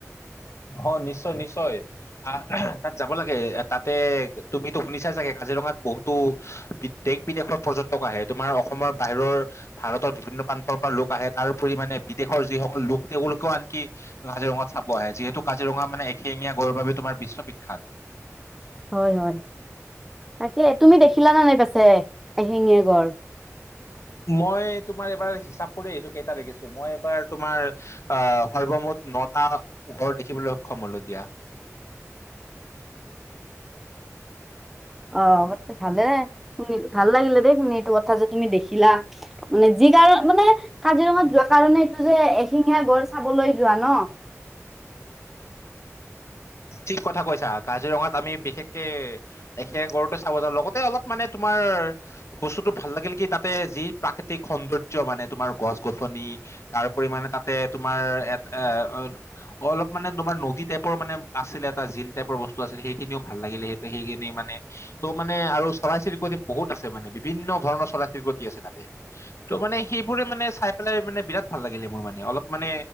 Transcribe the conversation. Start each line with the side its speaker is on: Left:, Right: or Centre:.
Left: অ নিশ্চয় নিশ্চয় আহ তাত যাব লাগে তাতে তুমিতো শুনিছা চাগে কাজিৰঙাত বহুতো বি দেশ বিদেশৰ পৰ্যটক আহে তোমাৰ অসমৰ বাহিৰৰ ভাৰতৰ বিভিন্ন প্ৰান্তৰ পৰা লোক আহে তাৰপৰি মানে বিদেশৰ যিসকল লোক তেওঁলোকেও আনকি কাজিৰঙাত চাব আহে যিহেতু কাজিৰঙা মানে এশিঙীয়া গৰুৰ বাবে তোমাৰ বিশ্ববিখ্যাত।
Centre: হয় হয় তাকে তুমি দেখিলা নে নাই পিছে এশিঙীয়া গড়
Left: মই তোমাৰ এবাৰ হিচাপ কৰি আহিছো কেইটা দেখিছোঁ মই এবাৰ তোমাৰ আহ সৰ্বমুঠ নটা গড় দেখিবলৈ সক্ষম হলো দিয়া।
Centre: অ অৱশ্যে ভালে শুনিলো ভাল লাগিলে দেই শুনি এইটো কথা যে তুমি দেখিলা। মানে যি কাৰণ মানে কাজিৰঙাত যোৱা কাৰণে এইটো যে এশিঙীয়া গড় চাবলৈ যোৱা ন
Left: ঠিক কথা কৈছা কাজিৰঙাত আমি বিশেষকে এশিঙীয়া গড়তো চাব যাওঁ লগতে অলপ মানে তোমাৰ বস্তুটো ভাল লাগিল কি তাতে যি প্ৰাকৃতিক সৌন্দৰ্য মানে তোমাৰ গছ গছনি তাৰপৰিমানে তাতে তোমাৰ এ এ অলপ মানে তোমাৰ নদী টাইপৰ মানে আছিলে এটা জিল টাইপৰ বস্তু আছিল সেইখিনিও ভাল লাগিলে সেই সেইখিনি মানে ত' মানে আৰু চৰাই চিৰিকট বহুত আছে মানে বিভিন্ন ধৰণৰ চৰাই চিৰিকটি আছে তাতে ত' মানে সেইবোৰে মানে চাই পেলাই মানে বিৰাট ভাল লাগিলে মোৰ মানে অলপ মানে